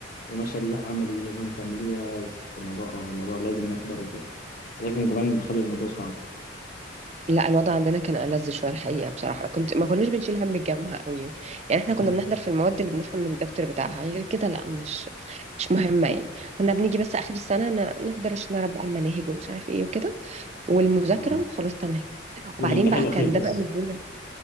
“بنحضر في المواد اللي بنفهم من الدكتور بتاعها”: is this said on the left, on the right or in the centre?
Right